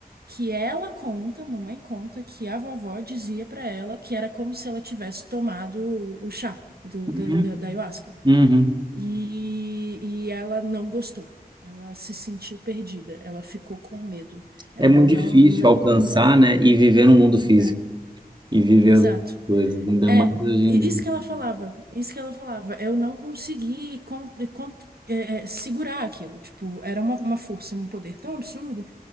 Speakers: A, on the right (about 80°); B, on the right (about 30°).
A: que ela conta, mamãe conta, que a vovó dizia pra ela que era como se ela tivesse tomado o chá do,
B: Uhum.
A: da, da- da ayahuasca.
B: Uhum.
A: E, e ela não gostou. Ela se sentiu perdida, ela ficou com medo. Ela
B: É muito
A: não,
B: difícil
A: não,
B: alcançar,
A: não.
B: né? E viver no mundo físico
A: É,
B: e viver
A: exato.
B: as coisas, ainda
A: É,
B: mais hoje em
A: e- isso
B: dia.
A: que ela falava, isso que ela falava. Eu não consegui con- con- é, é, segurar aquilo. Tipo, era uma, uma força, um poder tão absurdo